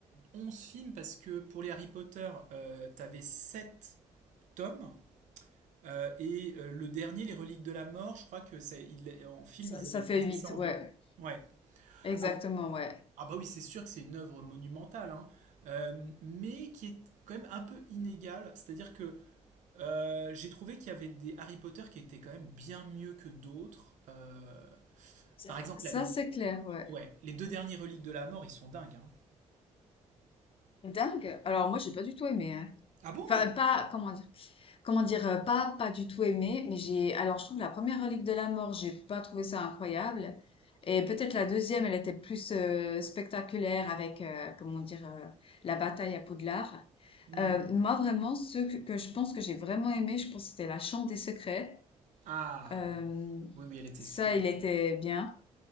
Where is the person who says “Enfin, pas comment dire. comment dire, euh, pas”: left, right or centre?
Left